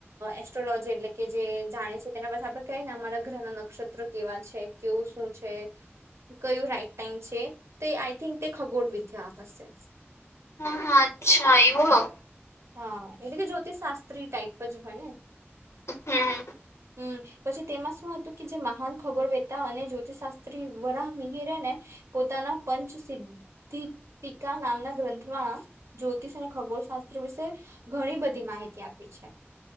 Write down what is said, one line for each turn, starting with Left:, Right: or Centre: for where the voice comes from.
Right: એસ્ટ્રોલોજી એટલે કે જે જાણે છે તેના પાસે આપણે કને અમારા ગ્રહના નક્ષત્ર કેવા છે કેવું શું છે કયું રાઈટ ટાઈમ છે તે આઈ થિંક તે ખગોળ વિદ્યા હશે.
Left: હા હા અચ્છા એવું હ
Right: હા એટલે કે જ્યોતિષશાસ્ત્રી ટાઈપ જ હોય ને.
Left: હમ્મ
Right: હમ્મ પછી તેમાં શું હતું કે જે મહાન ખગોળ વેતા અને જ્યોતિષશાસ્ત્રી વરા મિહરેને પોતાના પંચ સિધિતિકા નામના ગ્રંથમાં જ્યોતિષ અને ખગોળશાસ્ વિશે ઘણી બધી માહિતી આપી છે.